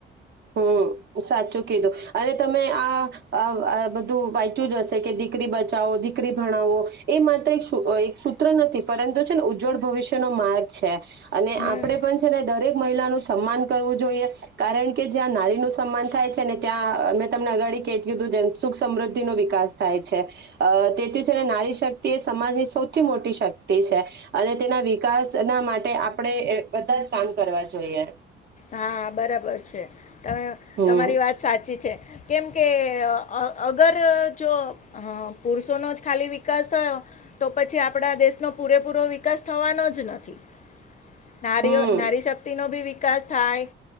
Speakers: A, on the right; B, on the left.
A: હમ સાચું કીધું અને તમે આ બધું વાંચું જ હશે કે દીકરી બચાવો દીકરી ભણાવો એ માત્ર એક એક સૂત્ર નથી પરંતુ છે ને ઉજ્જવળ ભવિષ્ય નો માર્ગ છે અને
B: હમ
A: આપડે પણ છે ને દરેક મહિલાનું સન્માન કરવું જોઈએ કારણ કે કે જ્યાં નારીનુંું સન્માન થાય છે ને ત્યાં મેં તમને અગાડી કેતી હતું જે સુખ સમૃદ્ધિ નો વિકાસ થાય છે તેથી છે ને નારી શક્તિ એ સમાજની સૌથી મોટી શક્તિ છે અને તેના વિકાસ ના માટે આપણે બધા જ કામ કરવા જોઈએ
B: હા બરાબર છે તમે
A: હમ
B: તમારી વાત સાચી છે કેમ કે અગર જો પુરુષોનોો જ ખાલી વિકાસ થયો તો પછી આપણા દેશનો પૂરેપૂરો વિકાસ થવાનો જ નથી નારીઓ
A: હમ
B: નારી શક્તિ નો ભી વિકાસ થાય